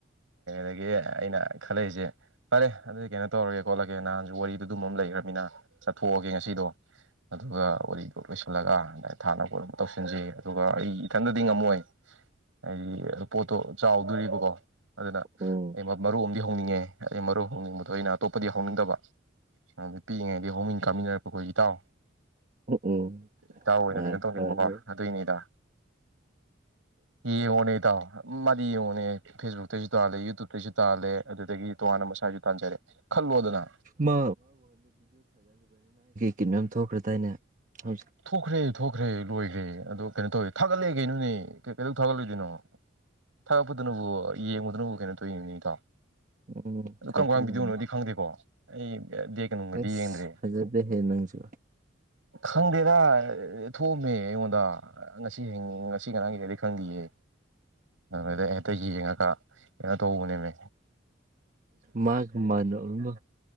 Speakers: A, on the right; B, on the right.
A: ꯗꯒꯤ ꯑꯩꯅ ꯈꯜꯂꯛꯏꯁꯦ ꯐꯔꯦ ꯑꯗꯨꯗꯤ ꯀꯩꯅꯣ ꯇꯧꯔꯒꯦ ꯈꯣꯠꯂꯒꯦ ꯅꯍꯥꯟꯁꯨ ꯋꯥꯔꯤꯗ ꯑꯗꯨꯝ ꯑꯃ ꯂꯩꯈ꯭ꯔꯃꯤꯅ ꯆꯠꯊꯣꯛꯑꯒꯦ ꯉꯁꯤꯗꯣ ꯑꯗꯨꯒ ꯋꯥꯔꯤꯗꯣ ꯂꯣꯏꯁꯤꯜꯂꯒ ꯑꯗꯨ ꯊꯥꯅ ꯄꯣꯠꯅꯕ ꯇꯧꯁꯤꯟꯖꯤ ꯑꯗꯨꯒ ꯑꯩ ꯏꯊꯟꯗꯗꯤ ꯉꯝꯃꯣꯏ ꯍꯥꯏꯗꯤ ꯑꯗꯨ ꯄꯣꯠꯇꯣ ꯆꯥꯎꯗꯣꯔꯤꯕꯀꯣ ꯑꯗꯨꯅ
B: ꯎꯝ
A: ꯑꯩ ꯃꯔꯨ ꯑꯝꯗꯤ ꯍꯧꯅꯤꯡꯉꯦ ꯑꯩ ꯃꯔꯨꯞ ꯍꯧꯅꯤꯡꯕꯗꯣ ꯑꯩꯅ ꯑꯇꯣꯞꯄꯗꯤ ꯍꯧꯅꯤꯡꯗꯕ ꯑꯗꯨꯗꯤ ꯄꯤꯛꯏꯉꯩꯗꯤ ꯍꯧꯃꯤꯟ ꯀꯥꯃꯤꯟꯅꯔꯛꯄ ꯑꯩꯈꯣꯏ ꯏꯇꯥꯎ
B: ꯎꯝ
A: ꯏꯇꯥꯎ ꯑꯣꯏꯅ
B: ꯃꯥꯅꯦ
A: ꯀꯩꯅꯣ ꯇꯧꯅꯤꯡꯕꯀꯣ
B: ꯃꯥꯅꯦ
A: ꯑꯗꯨꯏꯅꯦ ꯏꯗ ꯌꯦꯡꯉꯣꯅꯦ ꯏꯇꯥꯎ ꯇ ꯌꯦꯡꯉꯨꯅꯦ ꯐꯦꯁꯕꯨꯛ ꯇꯁꯨ ꯇꯥꯜꯂꯦ ꯌꯨꯇ꯭ꯌꯨꯕꯇꯩꯁꯨ ꯇꯥꯜꯂꯦ ꯑꯗꯨꯗꯒꯤ ꯇꯣꯉꯥꯟꯅ ꯃꯁꯥꯏꯁꯨ ꯇꯥꯟꯖꯔꯦ ꯈꯜꯂꯣꯗꯅ
B: ꯃꯥ ꯀꯤ ꯅꯣꯝ ꯊꯣꯛꯈ꯭ꯔ ꯇꯥꯏꯅꯦ ꯍꯧ
A: ꯊꯣꯛꯈ꯭ꯔꯦ ꯊꯣꯛꯈ꯭ꯔꯦ ꯂꯣꯏꯈ꯭ꯔꯦ ꯑꯗꯣ ꯀꯩꯅꯣ ꯇꯧꯋꯦ ꯊꯥꯒꯠꯂꯛꯑꯦ ꯀꯩꯅꯣꯅꯦ ꯀꯩꯗꯧ ꯊꯥꯒꯠꯂꯣꯢ ꯗꯣꯏꯅꯣ ꯊꯥꯛꯒꯠꯄꯗꯨꯅꯕꯨ ꯌꯦꯡꯕꯗꯨꯅꯕꯨ ꯀꯩꯅꯣ ꯑꯗꯨꯏꯅꯤꯅꯦ ꯏꯇꯥꯎ
B: ꯎꯝ
A: ꯑꯗꯨ
B: ꯊꯥꯒꯠꯂꯝꯃꯦ
A: ꯀꯔꯝ ꯀꯔꯝꯕ ꯄꯤꯗꯧꯅꯣꯗꯤ ꯈꯪꯗꯦꯀꯣ ꯑꯩ ꯕꯦꯛꯀ ꯅꯨꯡꯒꯗꯤ
B: ꯑꯁ
A: ꯌꯦꯡꯗ꯭ꯔꯦ
B: ꯐꯖꯗꯦꯍꯦ ꯅꯪꯁꯨ
A: ꯈꯪꯗꯦꯗ ꯊꯣꯛꯑꯝꯃꯦ ꯑꯩꯉꯣꯟꯗ ꯉꯁꯤ ꯍꯌꯤꯡ ꯉꯁꯤ ꯉꯅꯥꯒꯤꯗꯔꯗꯤ ꯈꯪꯗꯌꯦ ꯑꯗꯨꯗ ꯍꯦꯛꯇ ꯌꯦꯡꯉꯒ ꯀꯣ ꯀꯩꯅꯣ ꯇꯧꯕꯅꯦꯅꯦ
B: ꯃꯥꯒ ꯃꯥꯟꯅꯕ ꯑꯃ